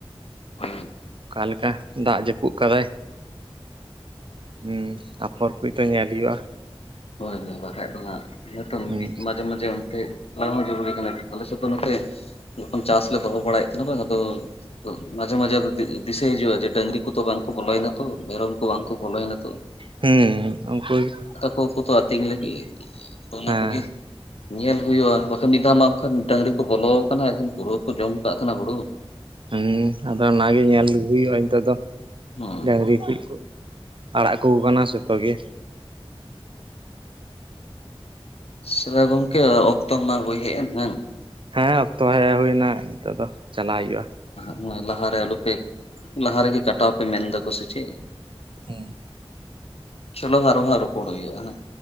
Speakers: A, on the left; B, on the right.
A: ᱦᱩᱸ
B: ᱚᱠᱟ ᱞᱮᱠᱟ ᱫᱟᱜᱽ ᱡᱟᱹᱯᱩᱫ ᱠᱟᱫᱟᱭ, ᱦᱩᱸ ᱟᱯᱷᱚᱨ ᱯᱷᱚᱨ ᱠᱚᱭ ᱛᱚ ᱧᱮᱞ ᱦᱩᱭᱩᱜᱼᱟ᱾
A: ᱦᱳᱭ ᱦᱳᱭ ᱵᱟᱠᱷᱟᱭ ᱫᱚ ᱦᱟᱸᱜ <unintelligible>
B: ᱦᱩᱸ
A: ᱢᱟᱡᱷᱮ ᱢᱟᱡᱷᱮ ᱚᱱᱛᱮ, ᱚᱱᱟ ᱦᱚᱸ ᱡᱚᱨᱩᱨᱤ ᱠᱟᱱᱟ ᱟᱞᱮ ᱥᱮᱫ ᱫᱚ ᱱᱚᱛᱮ ᱡᱚᱠᱷᱚᱱ ᱪᱟᱥ ᱞᱮ ᱫᱚᱦᱚ ᱵᱟᱲᱟᱭᱮᱫ ᱛᱟᱦᱮᱱᱟ ᱵᱟᱝ ᱟᱫᱚ, ᱟᱫᱚ ᱢᱟᱡᱷᱮ ᱢᱟᱡᱷᱮ ᱫᱤᱥᱟᱹᱭ ᱦᱤᱡᱩᱜᱼᱟ ᱡᱮ ᱰᱟᱹᱝᱨᱤ ᱠᱚᱫᱚ ᱵᱟᱝ ᱠᱚ ᱵᱚᱞᱚᱭ ᱱᱟ ᱛᱚ ᱢᱮᱨᱚᱢ ᱠᱚ ᱵᱟᱝ ᱠᱚ ᱵᱚᱞᱚᱭ ᱱᱟ ᱛᱚ,
B: ᱦᱩᱸ ᱩᱱᱠᱩ ᱜᱮ,
A: ᱩᱱᱠᱚ ᱠᱚᱫᱚ ᱟᱛᱤᱧ ᱞᱟᱜᱤᱫ ᱚᱱᱟ
B: ᱦᱮᱸ
A: ᱠᱚ ᱜᱮ, ᱧᱮᱞ ᱦᱩᱭᱩᱜᱼᱟ ᱵᱟᱠᱟᱱ ᱢᱤᱫ ᱫᱷᱟᱣ ᱢᱟ ᱵᱟᱠᱷᱟᱱ ᱰᱟᱹᱟᱝᱨᱤ ᱠᱚ ᱵᱚᱞᱚ ᱟᱠᱟᱱᱟ ᱮᱠᱫᱚᱢ ᱯᱩᱨᱟᱹ ᱠᱚ ᱡᱚᱢ ᱠᱟᱜ ᱠᱟᱱᱟ ᱦᱩᱲᱩ,
B: ᱦᱮᱸ ᱟᱫᱚ ᱚᱱᱟ ᱜᱮ ᱧᱮᱞ ᱦᱩᱭᱩᱜᱼᱟ ᱱᱤᱛᱚᱜ ᱫᱚ
A: ᱦᱩᱸ
B: ᱰᱟᱝᱨᱤ <unintelligible> ᱟᱲᱟᱜ ᱠᱚ ᱠᱟᱱᱟ ᱡᱷᱚᱛᱚ ᱜᱮ,
A: ᱥᱮᱵᱟ ᱜᱚᱝᱠᱮ ᱚᱠᱛᱚ ᱢᱟ ᱦᱩᱭ ᱦᱮᱜ ᱦᱩᱭᱮᱱ ᱦᱮᱸ
B: ᱦᱮᱸ ᱦᱮᱸ ᱚᱠᱛᱚ ᱦᱮᱜ ᱦᱩᱭᱱᱟ ᱱᱤᱛᱚᱜ ᱫᱚ ᱪᱟᱞᱟᱜ ᱦᱩᱭᱩᱜᱼᱟ᱾
A: ᱦᱮᱸ ᱞᱟᱦᱟᱨᱮ ᱟᱞᱚᱯᱮ ᱞᱟᱦᱟ ᱨᱮᱜᱮ ᱠᱟᱴᱟᱣ ᱯᱮ ᱢᱮᱱ ᱫᱟ ᱠᱚ ᱥᱮ ᱪᱮᱫ,
B: ᱦᱩᱸ
A: ᱪᱚᱞᱚ ᱟᱨᱚ ᱦᱟᱸᱜ ᱨᱚᱯᱚᱲ ᱦᱩᱭᱩᱜ-ᱟ ᱦᱟᱸᱜ᱾